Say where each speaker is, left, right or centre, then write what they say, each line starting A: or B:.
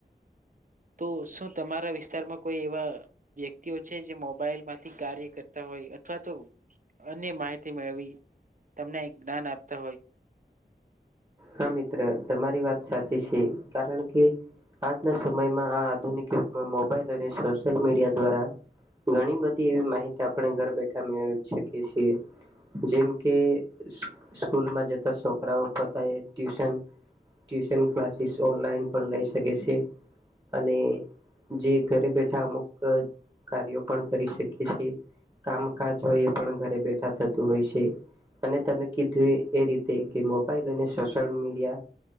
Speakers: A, on the right; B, on the right.
A: તો શું તમારા વિસ્તારમાં કોઈ એવા વ્યક્તિઓ છે જે મોબાઈલ માંથી કાર્ય કરતા હોય અથવા તો અન્ય માહિતી મેળવી તમને જ્ઞાન આપતા હોય.
B: હા મિત્ર તમારી વાત સાચી છે કારણ કે આજના સમયમાં આ આધુનિક યુગમાં મોબાઈલ અને સોશિયલ મીડિયા દ્વારા ઘણી બધી એ માહિતી આપણે ઘર બેઠા મેળવી શકી છી જેમ કે સ્કૂલમાં જતા છોકરાઓ. કરે ટ્યુશન ટ્યુશન ક્લાસીસ ઓનલાઈન પણ લઈ શકે છે અને જે ઘરે બેઠા અમુક કાર્યો પણ કરી શકે છે કામકાજ હોય એ પણ ઘરે બેઠા થતું હોય છે અને તમે કીધું એ રીતે કે મોબાઈલ અને સોશિયલ મીડિયા